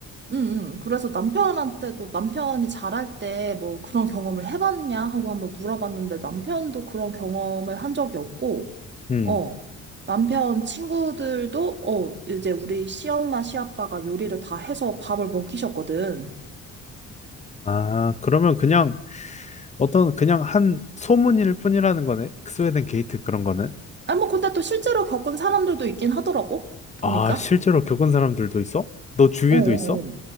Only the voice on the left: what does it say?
음.
아, 그러면 그냥 어떤 그냥 한 소문일 뿐이라는 거네. 스웨덴 게이트 그런 거는.
아, 실제로 겪은 사람들도 있어? 너 주위에도
있어?